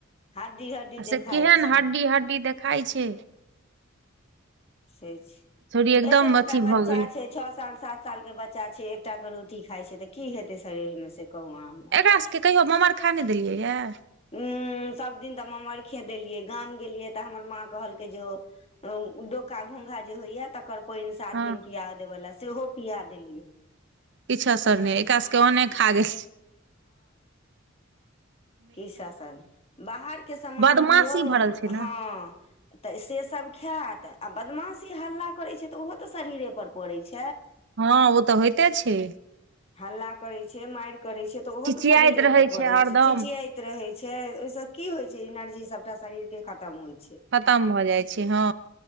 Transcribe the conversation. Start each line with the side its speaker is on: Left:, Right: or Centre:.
Left: हड्डी हड्डी
Right: आ
Left: देखाइ
Right: से केहन
Left: छै
Right: हड्डी हड्डी देखाइ छै
Left: से छै
Right: छौरी एकदम
Left: एते टा
Right: अथी
Left: टा बच्चा
Right: भऽ गेलै
Left: छै छओ साल सात साल के बच्चा छै एकटा क रोटी ठीक खाइ छै तऽ की हेतै शरीर मे से कहू अहाँ हमरा
Right: एकरास सभके कहियो ममरखा नइ देलियैए
Left: हू सब दिन तऽ ममरखा देलियै गाम गेलियै तऽ हमर माँ कहलकयै जे ओ ढोका घोंघा जे होइया तकर पानि सात
Right: हँ
Left: दिन पिया देबला सेहो पिया देलियै
Right: किछु असर नै एकरा सब के ओने खागेल
Left: कि ससल बाहरके सामान
Right: बदमाशी
Left: दियौ
Right: भरल छै ने
Left: हँ तऽ से सब ब खायत आ बदमाशी हल्ला करे छै त ओहो तऽ शरीरे पर पड़े छै
Right: हँ ओ तऽ होइते छै
Left: हल्ला करै छै माइर करै छै तऽ ओहो
Right: चिचियाइत
Left: तऽ शरीरे
Right: रहै
Left: पर पड़े
Right: हरदम
Left: छै छिचियाइत रहे छै ओहिसँ की होइ छै जेनाजे इ सबटा शरीर के खतम होइ
Right: खतम भऽ जाइ छै हँ